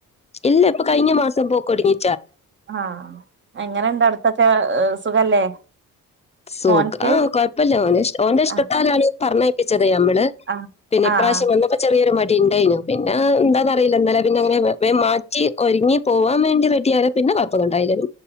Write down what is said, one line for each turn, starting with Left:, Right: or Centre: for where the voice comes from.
Left: ഇല്ല ഇപ്പൊ കഴിഞ്ഞ മാസം പോക്കൊടങ്ങി
Right: ആഹ് എങ്ങനുണ്ട് അടുത്തൊക്കെ സുഖല്ലേ
Left: സുഖാ
Right: മോൻക്ക്
Left: ആഹ് കൊഴപ്പല്ല്യാ ഓന് ഇഷ് ഓന്റെ ഇഷ്ടത്താലാണ്
Right: ആഹ്
Left: ഈ പറഞ്ഞയപ്പിച്ച ത് ഞമ്മള്
Right: ആഹ്
Left: പിന്നെ ഇപ്രാവശ്യം
Right: ആഹ് ആഹ്
Left: വന്നപ്പോ ചെറിയൊരു മടു പ്പിണ്ടേനു പിന്നെ എന്താന്നറിയില്ല ഇന്നലെ പിന്നങ്ങനെ വേഗം മാറ്റി ഒരുങ്ങി പോവാൻ വേണ്ടി റെഡിയാണ് പിന്നെ കൊഴപ്പന്നുണ്ടായില്ല പി